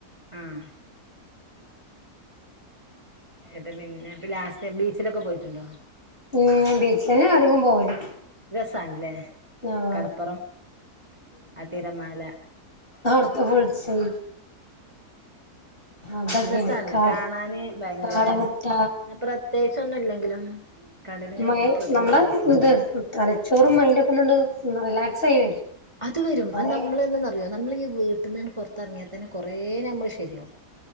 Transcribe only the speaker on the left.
ഉം ബീച്ചിലന്നെ അധികം പോവല്.
ആഹ്
അവിട്ത്തെ ബുൾസൈ അതൊക്കെയാണ്
കാട്
കാട മുട്ട
മയി
നമ്മടെ
ഇത് ‌തലച്ചോറും മൈൻഡോക്കെന്നണ്ട് റിലാക്സ് <unintelligible>
കൊറേ